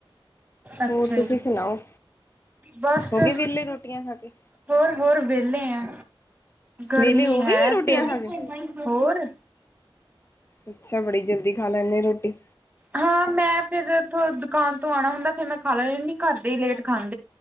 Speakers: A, on the right (about 20°); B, on the left (about 25°).
A: ਅੱਛਾ
B: ਹੋਰ ਤੁਸੀਂ
A: ਜੀ।
B: ਸੁਣਾਓ?
A: ਬਸ
B: ਹੋ ਗਏ ਵਿਹਲੇ ਰੋਟੀਆਂ ਖਾ ਕੇ
A: ਹੋਰ-ਹੋਰ ਵੇਂਲੇ ਐ। ਗਰਮੀ
B: ਵਿਹਲੇ ਹੋ
A: ਹੈ
B: ਵੀ ਗਏ ਰੋਟੀਆਂ
A: ਫੇਰ
B: ਖਾ ਕੇ
A: ਹੋਰ।
B: ਅੱਛਾ ਬੜੀ ਜਲਦੀ ਖਾ ਲੈਂਨੇ ਰੋਟੀ।
A: ਹਾਂ ਮੈਂ ਫੇਰ ਉਥੋ ਦੁਕਾਨ ਤੋਂ ਆਣਾ ਹੁੰਦਾ ਫੇਰ ਮੈਂ ਖਾ ਲੈੈਨੀ ਹੁੰਨੀ ਘਰ ਦੇ ਈ ਲੇਟ ਖਾਣ